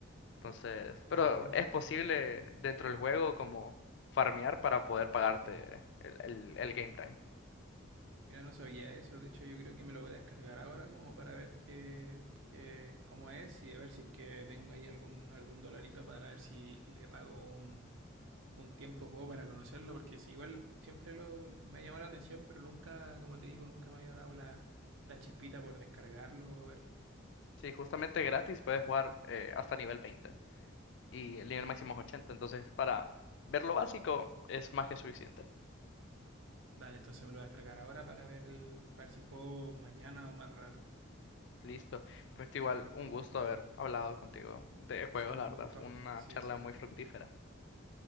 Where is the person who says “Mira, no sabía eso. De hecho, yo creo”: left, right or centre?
Right